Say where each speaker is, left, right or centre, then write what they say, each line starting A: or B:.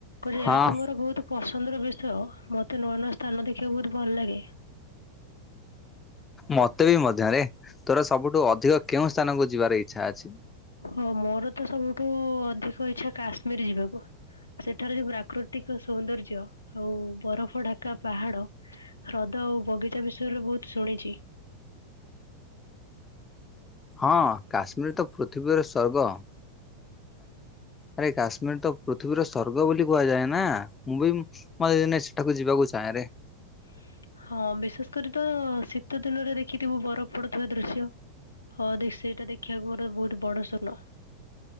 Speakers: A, on the left (about 80°); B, on the left (about 15°).
A: ତୋ ଜାଗା
B: ହଁ
A: ତ ମୋର ବହୁତ ପ ସନ୍ଦର ବିଷୟ, ମତେ ନୂଆ ନୂଆ ସ୍ଥାନ ଦେଖିବାକୁ ବହୁତ ଭଲ ଲାଗେ।
B: ମତେ ବି ମଧ୍ୟରେ, ତୋର ସବୁଠୁ ଅଧିକ କେଉଁ ସ୍ଥାନକୁ ଯିବାର ଇଚ୍ଛା ଅଛି?
A: ହଁ ମୋର ତ ସବୁଠୁ ଅଧିକ ଇଚ୍ଛା କାଶ୍ମୀର ଯିବାକୁ। ସେଠାରେ ଯୋଉ ପ୍ରାକୃତିକ ସୌନ୍ଦର୍ଯ୍ୟ, ଆଉ ବରଫ ଢାକା ପାହାଡ, ହ୍ରଦ। ଆଉ ବଗିଚା ବିଷୟରେ ବହୁତ ଶୁଣିଚି।
B: ହଁ କାଶ୍ମୀରରେ ତ ପୃଥିବୀର ସ୍ଵର୍ଗ। ଆରେ କାଶ୍ମୀର ତ ପୃଥିବୀର ସ୍ୱର୍ଗ ବୋଲି କୁହାଯାଏ ନା, ମୁଁ ବି ମତେ ଦିନେ ସେଠାକୁ ଯିବାକୁ ଚାହେଁରେ।
A: <inaudible> ହଁ ବିଶେଷ କରି ତ ଶୀତ ଦିନରେ ଦେଖିଥିବୁ ବରଫ ପଡୁଥିବା ଦୃଶ୍ୟ। ହଁ ଦେଖ ସେଇଟା ଦେଖିବାକୁ ମୋର ବହୁତ ବଡ ସ୍ୱପ୍ନ।